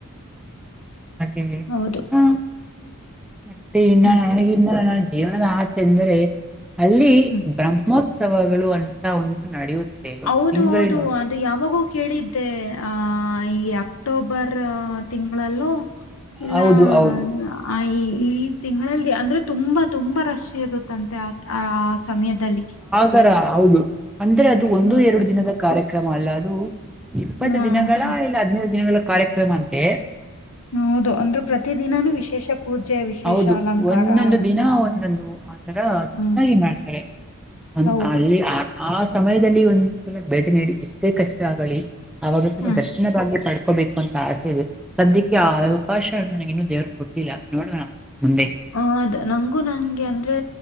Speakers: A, in the centre; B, on the left.
A: ಹಾಗೆ
B: ಹೌದು? <inaudible>
A: ಆ, ಮತ್ತೆ ಇನ್ನ
B: ಹ್ಮ್
A: ನನಗಿನ್ನ ಜೀವನದ ಆಸೆ ಎಂದ್ರೆ ಅಲ್ಲಿ
B: ಹ್ಮ್
A: ಬ್ರಹ್ಮೋತ್ <inaudible> ಉತ್ಸವಗಳು ಒಂಟಾ ಒಂದು ನಡೆಯುತ್ತೆ ಒಂದು
B: ಹೌದು
A: ತಿಂಗಳೇನು?
B: ಹೌದು
A: <inaudible>
B: ಅದು ಯಾವಾಗೂ ಕೇಳಿದ್ದೆ ಆ ಈ ಅಕ್ಟೋಬರ್ ತಿಂಗಳಲ್ಲೂ <inaudible> ಇಲ್ಲಾ
A: ಹೌದು ಹೌದು
B: ನಾ <inaudible> ಆ ಈ ಈ ತಿಂಗಳಲ್ಲಿ ಅಂದ್ರೆ ತುಂಬಾ ತುಂಬಾ ರಶ್ ಇರುತ್ತಂತೆ. ಆ <inaudible> ಆ ಸಮಯದಲ್ಲಿ. <inaudible>
A: ಸರ್ ಹೌದು ಅಂದ್ರೆ ಅದ <inaudible> ದು ಒಂದು
B: ಹೌದು
A: ಎರಡು ದಿನದ ಕಾರ್ಯಕ್ರಮ ಅಲ್ಲ ಅದು ಇಪ್ಪತ್ತು
B: ಹ್ಮ
A: ದಿನಗಳ
B: ಹ
A: ಇಲ್ಲ ಹದನೈದು ದಿನಗಳ ಕಾರ್ಯಕ್ <inaudible> ಕ್ರಮಂತೆ. <inaudible>
B: ಹೌದು ಅಂದ್ರು ಪ್ರತಿ ದಿನಾನೂ ವಿಶೇಷ <inaudible> ವಿಶೇಷ
A: ಹೌದು
B: ಅಲಂಕಾರ
A: ಒಂದೊಂದು
B: ವಿಶೇಷವಾದ
A: ದಿನ ಒಂದೊಂದು ಆತರ
B: ಹ್ಮ್
A: ಚೆನ್ನಾಗಿ ಮಾಡ್ತಾರೆ. <unintelligible>
B: ಹೌದು
A: <inaudible> ಆ ಸಮಯದಲ್ಲಿ ಒಂದ್ ಸಲ ಭೇಟಿ ನೀಡಿ ಎಷ್ಟೇ ಕಷ್ಟ ಆಗಲಿ ಅವಾಗ ಸ್ವಲ್ಪ
B: ಹಾ
A: ದರ್ಶನ ಬಾಗಿ ಪ <inaudible> ಡಕೋಬೇಕು ಅಂತ ಆಸೆ ಇದೆ ಸದ್ಯಕ್ಕೆ ಆ ಅವಕಾಶ ನನಗ ಇನ್ನು ದೇವ್ರ ಕೊಟ್ಟಿಲ್ಲ ನೋಡೋಣ ಮುಂದೆ. <inaudible>
B: ಹೌದ ನಂಗು ನಂಗೆ ಅಂದ್ರೆ